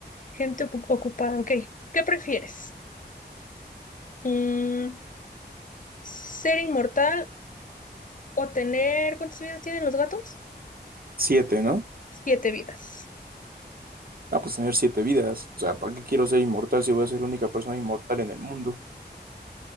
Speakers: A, on the left (about 50°); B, on the right (about 55°).
A: Gente ocu- ocupada, ok. ¿Qué prefieres? Mm, ¿ser inmortal o tener... ¿Cuántas vidas tienen los gatos?
B: Siete, ¿no?
A: Mm, Siete vidas.
B: Ah, pues tener siete vidas. O sea, ¿para qué quiero ser inmortal si voy a ser la única persona inmortal en el mundo?